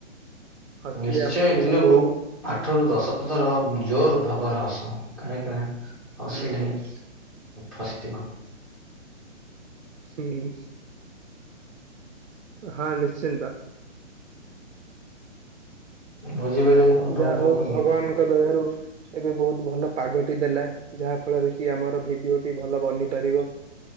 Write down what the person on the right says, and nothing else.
ହସିଲେ
ଆମ ଦେହକୁ
ବହୁତ
ହୁଁ
ହୁଁ। ହଁ ନିଶ୍ଚିନ୍ତ
ଯାହା
ହଉ
ଭଗବାନଙ୍କ ଦୟାରୁ। ଏବେ ବହୁତ ଭଲ ପାଗଟି ଦେଲା ଯାହା ଫଳରେ କି ଆମର ଭିଡିଓଟି ଭଲ ବନି ପାରିବ।